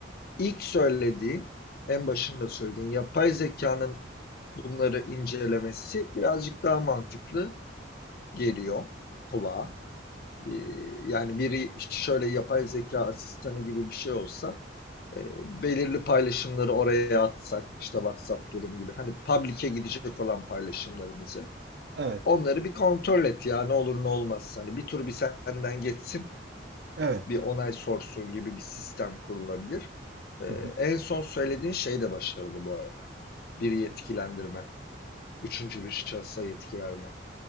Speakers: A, on the left; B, on the right.
A: ilk söylediğin, en başında söylediğin yapay zekanın bunları incelemesi birazcık daha mantıklı geliyor kulağa. Ee, yani biri şöyle yapay zeka asistanı gibi bir şey olsa e, belirli paylaşımları oraya atsak işte WhatsApp durum gibi hani public'e gidecek olan paylaşımlarımızı
B: evet
A: Onları bir kontrol et ya ne olur ne olmaz. Hani bir tur bir senden geçsin,
B: evet.
A: bir onay sorsun gibi bir sistem kurulabilir. Ee,
B: Hı hı.
A: en son söylediğin şey de başarılı bu arada. Bir yetkilendirme, üçüncü bir şahsa yetki verme,